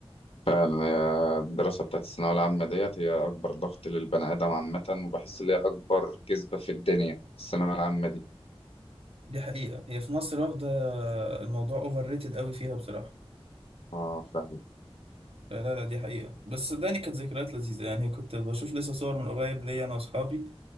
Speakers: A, on the left (about 75°); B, on the right (about 75°).
A: فعلا هي الدراسة بتاعت الثانوية العامة ديت هي أكبر ضغط للبني آدم عامة وبحس إن هي أكبر كذبة في الدنيا الثانوية العامة دي
B: دي حقيقه هي في مصر واخده الموضوع اوفر ريتد قوي فيها بصراحه
A: اه فعلا
B: لا لا لا، دي حقيقه بس صدقني كانت ذكريات لذيذه يعني كنت بشوف لسه صور من قريب ليا انا واصحابي